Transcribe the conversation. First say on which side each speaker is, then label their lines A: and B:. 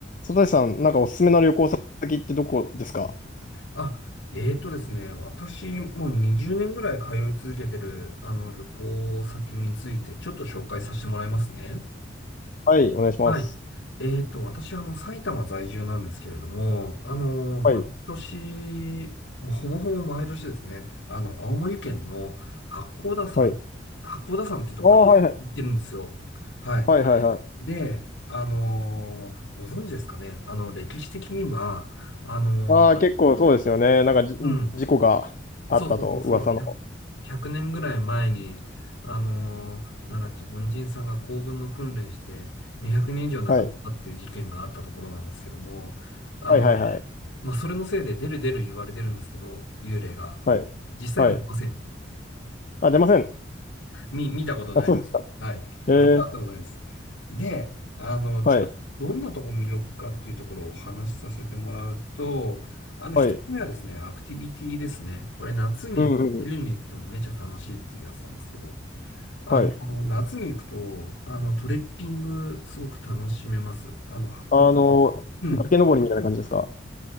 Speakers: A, on the left (about 40°); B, on the left (about 65°).
A: 佐藤さん、なんかおすすめの旅行先ってどこですか
B: あ、えーとですね、私、もう20年ぐらい通い続けてる、あの、旅行先について、ちょっと紹介させてもらいますね。
A: はい、お願いします。
B: はい。えーと、私、あの、埼玉在住なんですけれども、あの、毎年、
A: はい、
B: もうほぼほぼ毎年ですね、あの、青森県の八甲田山、
A: はい。
B: 八甲田山ってところに行ってるんですよ。
A: ああ、はい、はい。
B: はい。
A: はい、はい、はい。
B: で、あの、ご存知ですかね、あの、歴史的には、あの、
A: ああ、結構そうですよね。なんかじ、
B: うん。
A: 事故があったと、
B: そうそうそうそう、
A: 噂の。
B: 100、年ぐらい前に、あのーなんだっけ、軍人さんが行軍の訓練して200人以上亡くなったっていう事件があったところなんですけども、
A: はい、
B: あの、
A: はい、はい、はい。
B: まあ、それのせいで出る出る言われてるんですけど、幽霊が。
A: はい、
B: 実際は出ません。
A: はい。あ、出ません。
B: み、見たことないです。
A: あ、そうですか。
B: はい。
A: ええ、
B: 私は会ったことないです。で、あの、
A: はい、
B: ちょ、どんなとこ魅力かっていうところをお話しさせてもらうと、あの、
A: はい。
B: 一つ目はですね、アクティビティですね。これ夏に、
A: うん、うん、
B: 冬に行ってもめちゃ楽しいっていうやつなんですけど、
A: うん。
B: あの、
A: はい。
B: 夏に行くと、あの、トレッキングすごく楽しめます。あの、箱、
A: あの、
B: うん。
A: 崖登りみたいな感じですか